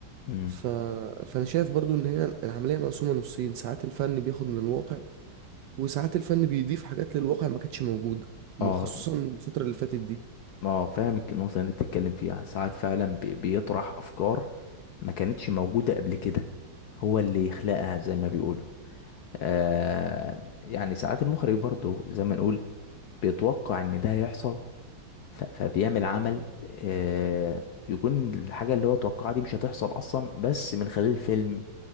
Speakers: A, on the left (about 70°); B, on the right (about 70°).
A: مم،
B: ف... فانا شايف برضو ان هي العملية مقسومة نصين ساعات الفن بياخد من الواقع وساعات الفن بيضيف حاجات للواقع ما كانتش موجودة
A: اه
B: خصوصا الفترة اللي فاتت دي
A: اه فاهم الك- النقطة اللي انت بتتكلم فيها ساعات فعلا بي- بيطرح أفكار ما كانتش موجودة قبل كده هو اللي يخلقها زي ما بيقولوا آه يعني ساعات المخرج برضو زي ما نقول بيتوقع ان ده هيحصل ف- فبيعمل عمل آه يكون الحاجة اللي هو توقعها دي مش هتحصل أصلا بس من خلال الفيلم